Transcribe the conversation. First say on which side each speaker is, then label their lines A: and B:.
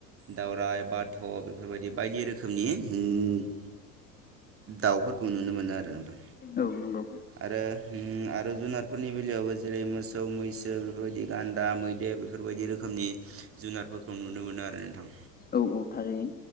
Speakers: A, on the right; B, on the left.
A: दावरराय बाथ' बेफोरबायदि बायदि रोखोमनि उम दाउफोरखौ नुनो मोनो आरो नोंथां
B: औ नंगौ
A: आरो उम आरो जुनारफोरनि बेलायावबो जेरै मोसौ मैसो बेफोरबायदि गान्दा, मैदेर बेफोरबायदि रोखोमनि जुनारफोरखौ नुनो मोनो आरो नोंथां।
B: औ औ थारैनो